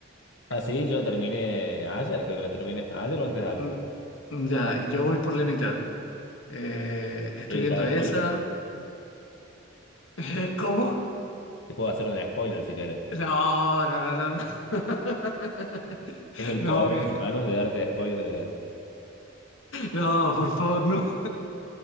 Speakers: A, on the left (about 65°); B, on the left (about 85°).
A: Ah, sí, yo la terminé ayer, creo que la terminé ayer o antes de ayer.
B: Mm, Ya, yo voy por la mitad. Eh, estoy
A: ¿Querés
B: viendo
A: que te haga
B: esa.
A: spoiler?
B: <laughs> ¿Cómo?
A: Te puedo hacer un spoiler si querés.
B: No, no, no, no, no.
A: Tengo
B: <laughs>
A: el
B: No,
A: poder
B: me-
A: en mi mano de darte spoiler de...
B: no, por favor, no.